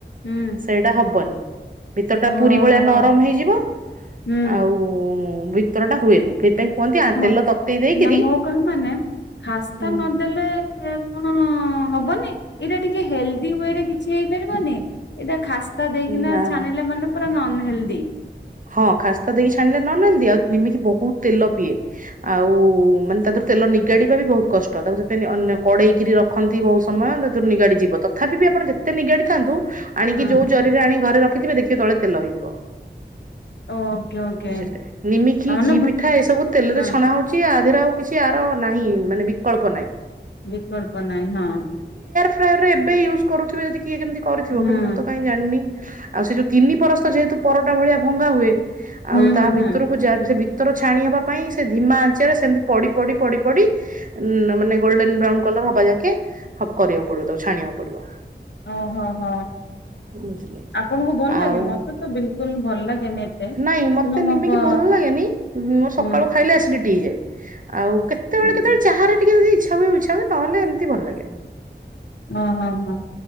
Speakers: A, on the left; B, on the right.
A: ହୁଁ
B: ସେଇଟା ହବନି ଭିତର ଟା
A: ଓହୋ
B: ପୁରୀ ଭଳିଆ ନରମ ହେଇଯିବ।
A: ହୁଁ
B: ଆଉ ଭିତରଟା ହୁଏନି। ସେଥିପାଇଁ କୁହନ୍ତି ଆ
A: ମ
B: ତେଲ ତତେଇ ଦେଇକିରି
A: ନା ମୋ କଣ ମାନେ ଖାସ୍ତା
B: ଉଁ
A: ନଦେଲେ ହଁ ହବନି ଏଇଟା ଟିକେ ହେଲ ଦି ୱେ ରେ କିଛି ହେଇପାରିବନି। ଏଇଟା ଖାସ୍ତା ଦେଇକିନା
B: ନା
A: ଛାଣିଲେ ମାନେ ପୁରା ନର ନ ହେଲଦି
B: ହଁ ଖାସ୍ତା ଦେଇକି ଛାଣିଲେ ନନ୍ ହେଲଦି ଆଉ ନିମିକି ବ ବହୁତ ତେଲ ପିଏ ଆଉ ମାନେ ତା ଦେରୁ ତେଲ ନିଗାଡିବା ବି ବହୁତ କଷ୍ଟ ତାକୁ ସେଥିପାଇଁ ଅ ନ କଡେଇକିରି ରଖନ୍ତି ବହୁତ ସମୟ ତାରୁ ନିଗାଡିଯିବ। ତଥାପି ବି ଆପଣ ଯେତେ ନିଗାଡିଥାନ୍ତୁ ଆଣିକି
A: ହଁ
B: ଯଉ ଜରିରେ ଆଣି ଘରେ ରଖ ଖିଥିବେ ଦେଖିବ ତଳେ ତେଲ ହେଇଯିବ।
A: ଓକେ ଓକେ
B: ବୁଝିଲେ ନିମିକି
A: ତାମାନେ
B: ଘି
A: ବ
B: ପିଠା ଏସବୁ ତେଲରେ
A: ହଁ
B: ଛଣା ହଉଚି ଆଧିରେ ଆଉ କିଛି ଆର ନାହିଁ ମାନେ ବିକଳ୍ପ ନାଇଁ।
A: ବିକଳ୍ପ ନାହିଁ ହଁ।
B: ଫ୍ରାୟରରେ ଏବେ ୟୁଜ୍ କରୁଥିବେ ଯଦି କିଏ କେମିତି କରିଥିବ
A: ହୁଁ
B: କିନ୍ତ ମୁଁ ତ କାଇଁ ଜାଣିନି? ଆଉ ସେ ଯଉ ତିନି ପରସ୍ତ ଯେହେତୁ ପର ଟା ଭଳିଆ ଭଙ୍ଗା ହୁଏ।
A: ହୁଁ
B: ଆଉ ତା
A: ହୁଁ
B: ଭିତରକୁ
A: ହୁଁ
B: ଯାଏ ସେ ଭି ଭିତରୁ ଛାଣି ହବା ପାଇଁ ସେ ଧିମା ଆଞ୍ଚରେ ସେମତି ପଡି ପଡି ପଡି ପଡି ଉ ମାନେ ଗୋଲଡେନ ବ୍ରାଉନ କଲର ହବା ଯାକେ କରିବାକୁ ପଡିବ ଛାଣିବାକୁ ପଡିବ।
A: ଓହୋ ହୋ
B: ବୁଝିଲେ।
A: ଆପଣଙ୍କୁ ଭଲ ଲାଗେ
B: ଆଉ
A: ମତେ ତ ବିଲକୁଲ ଭଲ ଲାଗେନି ଏତେ
B: ନାଇଁ ମତେ
A: କିନ୍ତୁ ମୋ
B: ନିମିକି
A: ଗ
B: ଭଲ ଲାଗେନି ମୋ ସକାଳୁ
A: ହୁଁ
B: ଖାଇଲେ ଏସିଡ଼ୀ ଟିଯାଏ ଆଉ କେତେବେଳେ
A: ହୁଁ
B: କେତେବେଳେ ଚାରେ ଟିକେ ଇ ଇଚ୍ଛା ଇଚ୍ଛା ହୁଏ ଉଛା ହଏହଲେ ଏମିତି ଭଲ ଲାଗେନି।
A: ହଁ ହଁ ହଁ।